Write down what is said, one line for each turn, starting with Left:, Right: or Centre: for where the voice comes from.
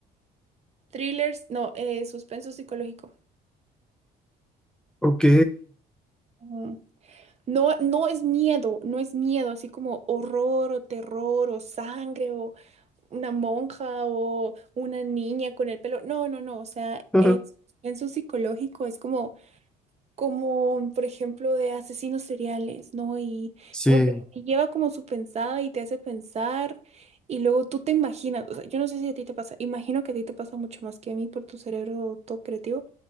Right: thrillers, no, eh, suspenso psicológico.
Centre: Ok.
Right: Ujú. No, no es miedo, no es miedo, así como horror o terror o sangre o una monja o una niña con el pelo. No, no, no, o sea,
Centre: <laughs>
Right: es suspenso psicológico, es como como por ejemplo de asesinos seriales, ¿no? Y
Centre: Sí,
Right: como que te lleva como su pensada y te hace pensar y luego tú te imaginas, o sea, yo no sé si a ti te pasa, imagino que a ti te pasa mucho más que a mí por tu cerebro todo creativo,